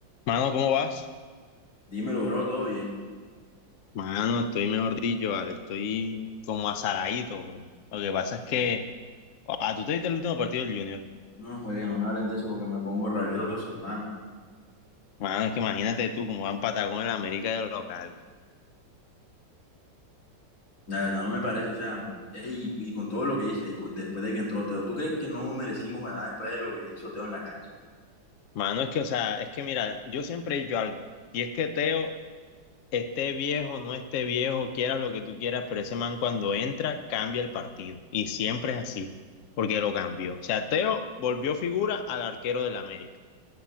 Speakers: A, on the left; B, on the left.
A: Mano, ¿cómo vas?
B: Dímelo, bro, todo bien.
A: Mano, estoy mejor dicho, vale, estoy como azaradito, bro. Lo que pasa es que, ah, tú te viste el último partido del Junior.
B: No, juegue, no me hables de eso porque me pongo rabioso, hermano.
A: Mano, es que imagínate tú cómo van Patagón en la América de local.
B: Nada, no me parece, o sea, ey, y con todo lo que hice, ey, cu- después de que entró Teo, ¿tú crees que no merecimos ganar después de lo que hizo Teo en la cancha?
A: Mano, es que, o sea, es que mira, yo siempre he dicho algo, y es que Teo, esté viejo, no esté viejo, quieras lo que tú quieras, pero ese man cuando entra, cambia el partido. Y siempre es así, porque lo cambió. O sea, Teo volvió figura al arquero del América.